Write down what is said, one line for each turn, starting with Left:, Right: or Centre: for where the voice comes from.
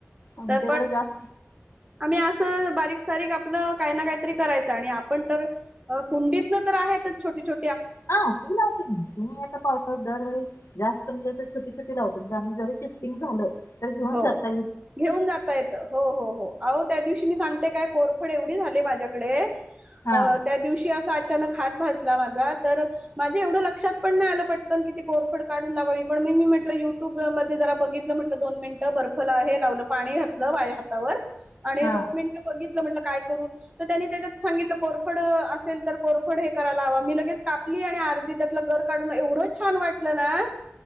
Right: आता
Left: आमच्याकडे जास्त
Right: आही असं बारीक सारीक आपलं काही ना काहीतरी करायचं आणि आपण तर कुंडीतन तर आहेत छोटीछोी
Left: हाते तुम्ही आ पावसात दर जास्त टीछ लावत जर शिफ्टिंग झालंय तर घेऊन
Right: हो
Left: जात
Right: घेऊन जाता येत हो हो होहो त्या दिवशी मी सांगते काय कोरफड एवढी झाली माझी डे
Left: हा
Right: त्या दिवशी अस हातला माझा तर माझ्या एवढ लक्षात पण नाही आलं पटकन कि कोरफड काढून लावावी ी म्हटलं युट्यूब म जरा बघितलं म्हटलं दोन मिनिट बर्फ आहे लावलं पाणी घातलं हातावर आणि
Left: हा
Right: दोन मिनट बित काय करू त्यांनी त्याच्यात सांगितलं कोरफड असेल तर कोरफड हे करायला ह मी लगेच का आरदी त्यातलं घर काढून एवढं छान वाटलं ना